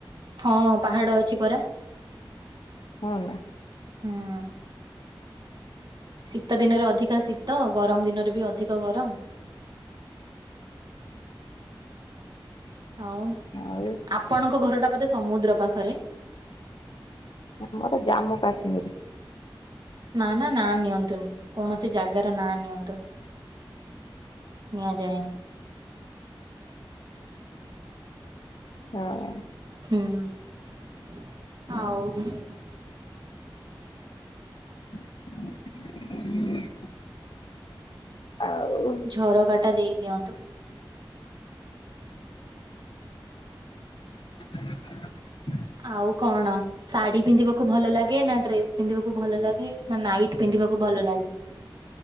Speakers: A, on the right; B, on the left.
A: ହଁ ପାହାଡ ଅଛି ପରା।
B: ହ ନା
A: ହୁଁ ଶୀତ ଦିନରେ ଅଧିକା ଶୀତ ଗରମ ଦିନରେ ବି ଅଧିକ ଗରମ ଆଉ
B: ଆଉ
A: ଆପଣଙ୍କ ଘରଟା ବୋଧେ ସମୁଦ୍ର ପାଖରେ।
B: ଆମର ଜାମ୍ମୁ କାଶ୍ମୀର
A: ନା ନା ନା ନିଅନ୍ତୁନି କୌଣସି ଜାଗାର ନା ନିଅନ୍ତୁନି ନିଆଯାଏନି।
B: ହଁ
A: ହଁ ଆଉ।
B: <inaudible> ଆଉ
A: ଝରକାଟ ଟା ଦେଇ ଦିଅନ୍ତୁ।
B: <inaudible>
A: ଆଉ କଣ? ଶାଢୀ ପିନ୍ଧିବାକୁ ଭଲ ଲାଗେ ନା ଡ୍ରେସ ପିନ୍ଧିବାକୁ ଭଲ ଲାଗେ ନା ନାଇଟ୍ ପିନ୍ଧିବାକୁ ଭଲ ଲାଗେ। <inaudible>